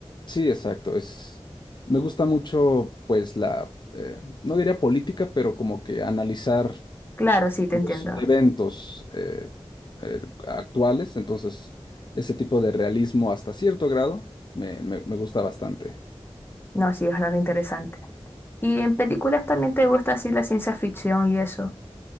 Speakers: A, on the left (about 45°); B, on the left (about 20°).
A: Sí, exacto, es me gusta mucho pues la eh, no diría política, pero como que analizar
B: Claro, sí, te
A: los
B: entiendo.
A: eventos eh, eh, actuales, entonces ese tipo de realismo hasta cierto grado me, me me gusta bastante.
B: No, sí, es bastante interesante. Y en películas también te gusta así la ciencia ficción y eso.